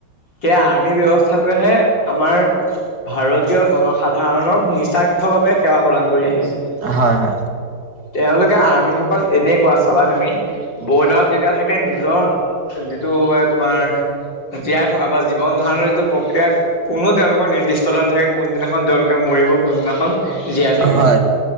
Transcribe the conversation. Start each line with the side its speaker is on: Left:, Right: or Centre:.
Left: <unintelligible> ব্যৱস্থাটোহে আমাৰ ভাৰতীয় জনসাধাৰণক নিচা- ৰ্থভাৱে সেৱা প্ৰদান কৰি আহিছে।
Right: হয় হয়
Left: তেওঁলোকে আৰ্মিসকল এনেকুৱা চাবা তুমি। বৰ্ডাৰত যেতিয়া থাকে নিজৰ যিটো মানে তোমাৰ জীয়াই থকা বা- জীৱন ধাৰণৰ যিটো প্ৰক্ৰিয়া কোনো তেওঁলোকৰ নিৰ্দিষ্টতা নাথাকে কোনদিনাখন তেওঁলোকে মৰিব কোনদিনাখন- জীয়াই থাকিব।
Right: হয়